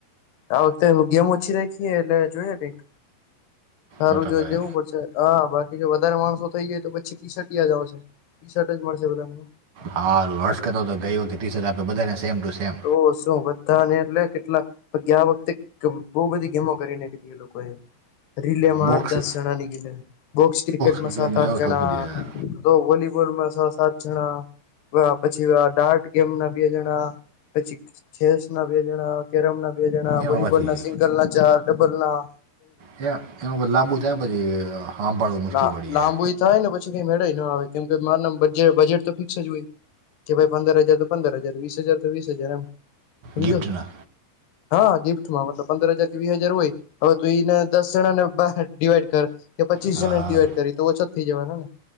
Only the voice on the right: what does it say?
મોટા
ભાઈ.
હા વર્ષ કરતો તો ગઈ વખતે ટી શર્ટ આપે બધાને સેમ ટુ સેમ.
બોક્સ
ક્રિકેટને
એવો ઠોકી
દીધા.
એમાં
પછી
હયા એનું બધ લાંબુ થાય પછી હાંભળવું મુશ્કેલ
પડી
જાય.
ગિફ્ટના
હા
હા